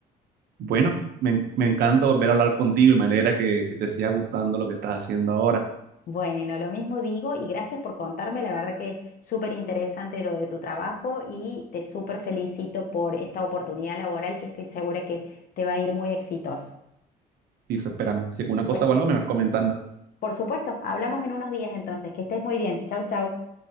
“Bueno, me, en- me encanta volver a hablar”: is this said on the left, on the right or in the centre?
Right